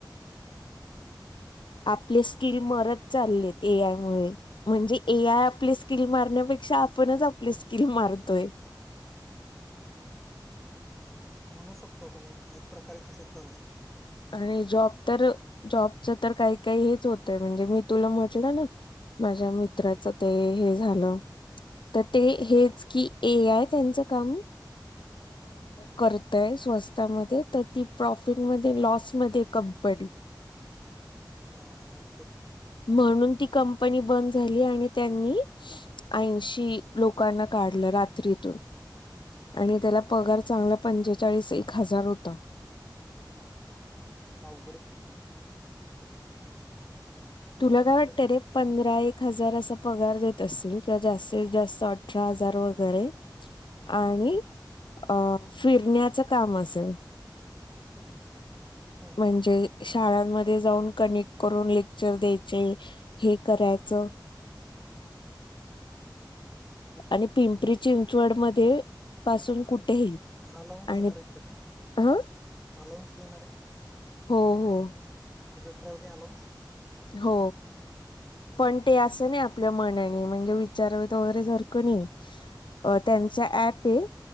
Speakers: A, on the left; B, in the centre.
A: आपले स्किल मरत चाललेत ए आय मुळे म्हणजे ए आय आपले स्किल मारण्यापे ेक्षा आपणच आपली स्किल मारतोय.
B: म्हणू शकतो आपण एक एक प्रकारे तसं चालय.
A: आणि जॉब तर जॉबच तर काही काही हेच होतय म्हणजे मी तुला म्हटलं ना, माझ्या मित्राच ते हे झालं. तर ते हेच की ए आहेय त्यांचं काम करतय स्वस्तमध्ये तर त प्रफिटमध्ये लस कंपनी
B: हम म
A: म्हणून ती कंपनी बंद झाली आणि त्यांनी ऐंशी लोकांना काढलं रात्रीतून आणि त्याला पगार चांगला पंचेचाळीस एक हजार होता
B: अघडे
A: तुला
B: अवघडच
A: काय वाटतं
B: आहे.
A: रे पंधरा एक हार पार देत अस जास्तीत जात अठरा हजार वगरे आणि अ फिरण्याचं काम असेल
B: हम्म
A: म्हणजे शाळांमध्ये जाऊन कनेक् करून ले चर द्यायचे हे करायचं
B: ओके
A: आणि पिंपरी चिंचवड मध्ये पासून
B: आणि
A: कुठेही
B: ते अलाउन्स
A: आणि
B: देणार आहेत का ते?
A: हं
B: अलाउन्स देणार
A: हो हो
B: ट्रॅ्हलिंग अलाऊ्स
A: हो पण
B: ओके
A: ते असं नाही आपल्या म्हनाने म्हणजे विचार वगैरे सारखं नाही त्यांचा ऍप आहे